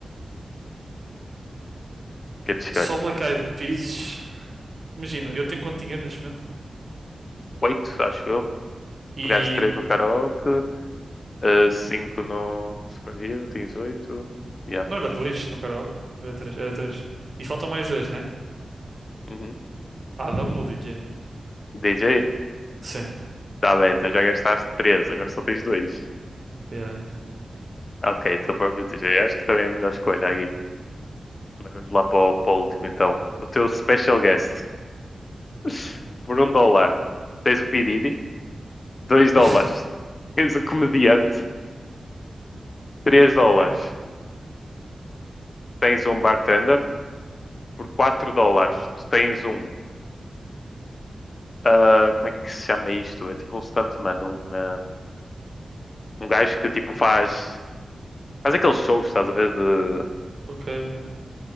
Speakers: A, on the left; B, on the right.
A: Que é de escolhes.
B: Só Black Eyed Peas. Imagina, eu tenho quanto dinheiro neste momento?
A: Oito, acho eu.
B: E
A: Pegaste três no karaoke. ah, cinco no Super Hero. Tens oito. Yeah.
B: não era dois no karaoke? Era três, era três. E faltam mais dois, né?
A: Uhum.
B: Adam, o DJ.
A: DJ?
B: Sim.
A: Tá bem, então já gastaste três. Agora só tens dois.
B: Yeah, yeah.
A: Ok, teu próprio DJ. Acho que também é a melhor escolha aqui. Mas vamos lá para o, para o último então. O teu special guest. <laughs> Por um dólar, tens o P. Diddy. Dois dólares,
B: <laughs>
A: tens um comediante. Três dólares,
B: Ok,
A: tens um bartender. Por quatro dólares, tu tens um... ah, como é que se chama isto? É tipo um stuntman. Um, ah, um gajo que tipo faz... Faz aqueles shows, estás a ver? De,
B: ok, ok.